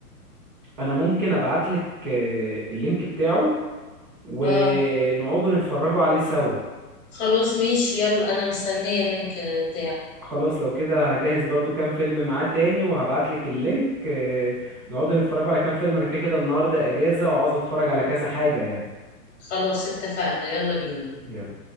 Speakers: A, on the right; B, on the left.
A: انا ممكن ابعتلك آه، اللينك بتاعه ونقعدوا
B: اه
A: نتفرجوا عليه سوا
B: خلاص ماشي يلا انا مستنية اللينك بتاعه
A: خلاص لو كده هجهز برضو كام فيلم معاه تاني وهبعتلك اللينك آه، نقعدوا نتفرجوا على كام فيلم انا كده كده النهارده اجازة وعاوز اتفرج على كذا حاجة يعني
B: خلاص اتفقنا يلا بينا
A: يلا